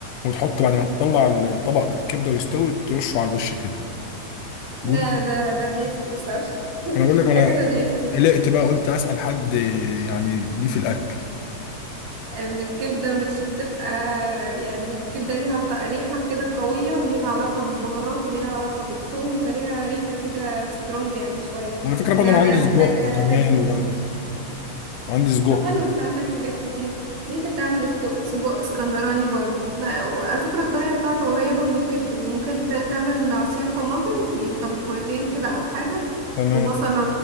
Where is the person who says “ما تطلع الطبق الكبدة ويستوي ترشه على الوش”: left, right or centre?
Left